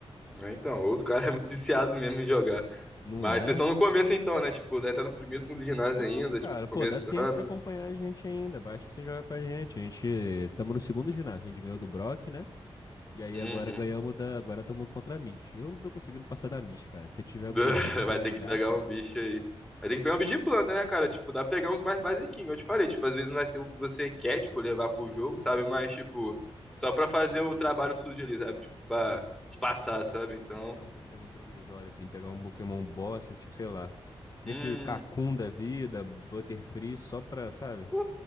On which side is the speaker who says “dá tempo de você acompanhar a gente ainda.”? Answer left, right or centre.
Left